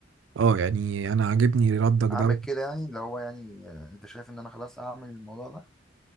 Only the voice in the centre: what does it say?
اعمل
كده يعني اللي هو يعني آه، انت شايف ان انا خلاص اعمل الموضوع ده